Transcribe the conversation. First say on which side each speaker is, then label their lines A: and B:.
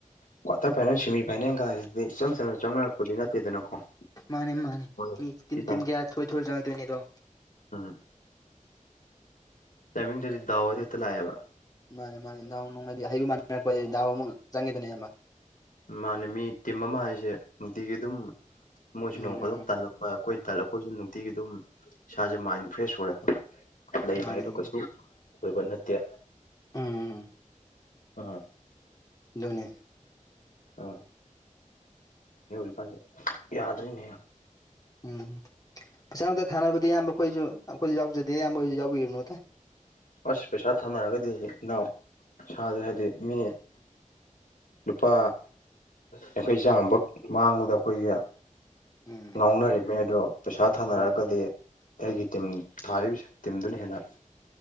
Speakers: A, on the left; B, on the left.
A: ꯀ꯭ꯋꯥꯇꯔ ꯐꯥꯏꯅꯦꯜ ꯁꯦꯃꯤ ꯐꯥꯏꯅꯦꯜꯒꯁꯤꯗꯤ ꯏꯆꯝ ꯆꯝꯅ ꯆꯪꯅꯔꯛꯄꯗꯤ ꯅꯠꯇꯦꯗꯅꯀꯣ
B: ꯃꯥꯅꯦ ꯃꯥꯅꯦ
A: ꯍꯣꯏ
B: ꯃꯤ
A: ꯁꯤ
B: ꯇꯤꯝꯒꯤꯌꯥ ꯊ ꯊ ꯆꯪꯉꯛꯇꯣꯏꯅꯤꯗꯣ
A: ꯎ ꯇꯥꯏꯃꯤꯡꯗꯨꯗꯤꯗꯥꯋꯥꯏꯗꯤ ꯍꯦꯛꯇ ꯂꯥꯛꯑꯦꯕ
B: ꯃꯥꯅꯦ ꯃꯥꯅꯦ ꯗꯥꯎ ꯅꯨꯡꯉꯥꯏꯗꯤ ꯍꯩꯕ ꯃꯥꯟꯔꯛꯄꯗꯒꯤ ꯗꯥꯎ ꯑꯃꯨꯛ ꯆꯪꯈꯤꯗꯅꯦ ꯏꯕ
A: ꯃꯥꯅꯦ ꯃꯤ ꯇꯤꯝ ꯑꯃ ꯍꯥꯏꯁꯦ ꯅꯨꯡꯇꯤꯒꯤ ꯑꯗꯨꯝ ꯃꯣꯏꯁꯨ
B: ꯎꯝ
A: ꯅꯣꯡ ꯈꯗꯣꯛ
B: ꯎꯝ
A: ꯇꯜꯂꯛꯄ ꯑꯩꯈꯣꯏ ꯇꯥꯜꯂꯛꯄꯣꯏꯁꯨ ꯅꯨꯡꯇꯤꯒꯤ ꯑꯗꯨꯝ ꯏꯁꯥꯁꯦ ꯃꯥꯏꯟ ꯐ꯭ꯔꯦꯁ ꯑꯣꯏꯔꯦ
B: ꯎꯝ
A: ꯂꯩꯕ
B: ꯃꯥꯅꯦ
A: ꯍꯥꯏꯗꯣ
B: ꯎꯝ
A: ꯀꯩꯁꯨ ꯑꯣꯏꯕ ꯅꯠꯇꯦ
B: ꯎꯝꯝ
A: ꯎ
B: ꯑꯗꯨꯅꯤ
A: ꯑ ꯀꯥꯟ ꯌꯥꯗ꯭ꯔꯤꯅꯦ
B: ꯎꯝꯝ ꯄꯩꯁꯥꯅꯛꯇ ꯊꯥꯅꯕꯗꯤ ꯑꯌꯥꯝꯕ ꯑꯩꯈꯣꯏꯁꯨ ꯑꯩꯈꯣꯏꯁꯨ ꯌꯥꯎꯖꯗꯦ ꯑꯌꯥꯝꯕꯈꯣꯏꯁꯨ ꯌꯥꯎꯕꯤꯔꯨꯅꯨ ꯑꯇ
A: ꯑꯁ ꯄꯩꯁꯥ ꯊꯥꯅꯔꯒꯗꯤ ꯏꯅꯥꯎ ꯁꯥꯥꯁꯦ ꯍꯥꯏꯗꯤ ꯃꯤ ꯂꯨꯄꯥ ꯌꯥꯡꯈꯩ ꯆꯥꯝꯃꯈꯛ ꯃꯥꯡꯕꯗ ꯑꯩꯈꯣꯏꯒ
B: ꯎꯝ
A: ꯉꯥꯎꯅꯔꯤꯕꯅꯤ ꯑ ꯑꯗꯨ ꯄꯩꯁꯥ ꯊꯥꯅꯔꯛꯑꯒꯗꯤ
B: ꯃꯥꯅꯤ
A: ꯑꯩꯒꯤ ꯇꯤꯝ ꯊꯥꯔꯤꯕꯁꯦ ꯇꯤꯝꯗꯨꯅ ꯍꯦꯟꯅ